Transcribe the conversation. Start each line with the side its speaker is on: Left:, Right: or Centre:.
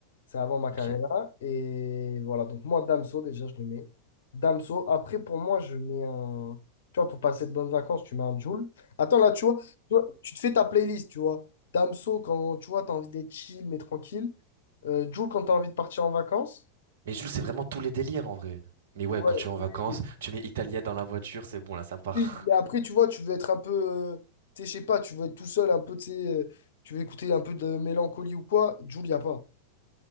Left: C'est avant Macarena.
Right: Ok.
Left: Et voilà, donc moi, Damso, déjà, je le mets. Damso, après, pour moi, je mets un... Tu vois, pour passer de bonnes vacances, tu mets un Jul. Attends, là, tu vois, tu vois, tu te fais ta playlist, tu vois. Damso, quand tu vois, t'as envie d'être chill, mais tranquille. Euh, Jul, quand t'as envie de partir en vacances.
Right: Mais Jules, c'est vraiment tous les délires en vrai. Mais ouais,
Left: Ouais,
Right: quand tu es en
Left: oui,
Right: vacances,
Left: oui.
Right: tu mets Italia dans la voiture, c'est bon, là ça part.
Left: Oui, mais après,
Right: <laughs>
Left: tu vois, tu veux être un peu, euh, tu sais, je sais pas, tu veux être tout seul, un peu, tu sais, euh, tu veux écouter un peu de mélancolie ou quoi, Jul, y a pas.